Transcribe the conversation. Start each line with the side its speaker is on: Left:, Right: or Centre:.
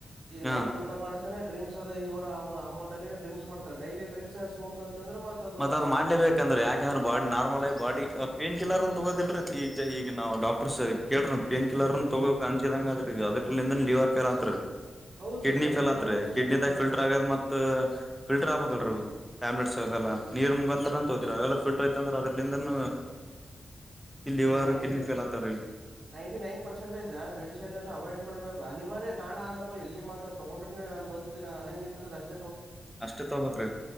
Right: ಈಗ
Centre: ಹಾ
Right: ನೈಟ್ ಊಟ ಮಾಡ್ತಾನೆ ಕ್ಸ್ ಅದು ಇವರ ಅಮೌಂಟ್ ಅಲ್ಲಿ ಡ್ರಿಕ್ ಮಾಡತಾರೆ ಡೈಲಿ ಡ್ರಿಕ್ ಸ್ಮೋಕ್ ಅಂತಂದ್ರೆ ಮತ್ತ ಅದು
Centre: ಮತ್ತತ್ದ್
Right: ಬಾಡಿ
Centre: ಮಾಡ್ಬೇಕಂದ್ರೆ
Right: ಹ
Centre: ಯಾಕೆಂದ್ರೆ ಬಾಡಿ ನಾರ್ಮಲ್ ಆಗ ಬಾಡಿ ಪೇನ್ ಕಿಲ್ಲರ್ ಅ ತಗೋದಿಲ್ರಿೀ ಈಗ ಈಗ ನಾವು ಡಾಕ್ಟರ್ ಕೇಳ್ರೀ ಪೇನ್ ಕಿಲ್ಲಲರ್ನ್ ತಗೋಕ್ ಅಂಚ ಹಂಗ ಅ್ರ ಅದ್ರಲಿಂದ ಲವ ಆರ್ತಲ್ಲ ಅಂತತ್ರಿ
Right: ಹೌದು
Centre: ಕಿಡ್ನಿ
Right: ಮತ್ತೆ ನೈಂಟಿ
Centre: ಫೇಲ್ ಹತ್ರಿ
Right: ನೈನ್ ಪರ್ಸೆಂಟೇಜ್
Centre: ಕಿಡ್ನಿದಾಗ
Right: ಹಂಗೆ
Centre: ಫಿಲ್ಟರ್ ಆಗದ ಮತ್ತ ಫಲ್ಟರ್ ಆಗ್ಬೇಕ ಟ್ಯಾಬ್ಲೆಟ್ಸ್ಲ್ಲ ನೀರ್ ಮುಗಂತ ತೋೆ ಫಲ್ಟರ್ ಇಂದ್ರ ಅದ್ರಲಿಂದನ್ ಲಿವರ್
Right: ಈಗ ನೈಂಟಿ
Centre: ಕಿಡ್ನಿ ಫೇಲ್ ಆತಾರೀ
Right: ನೈಂಟಿ ನೈನ್ ಪರ್ಸೆಂಟೇಜ ಮೆಡಿಸನ್ನ್ನು ಅವಾಯ್ಡ್ ಮಾಡ್ಬೇಕು ಅನಿವಾರ್ಯ ಕಾಣ ಆದಪ್ಪ ಎಲ್ಲಿ ಮಾತ್ರ ತಗೊಂಡ್ರೆ ನನ್ ಬದುಕ್ತೀಿ ಅನಂಗಿತ್ತಂದ್ರೆಷ್ಟೆ
Centre: ಅಷ್ಟೆ ತಗಬಕ್ ರಿ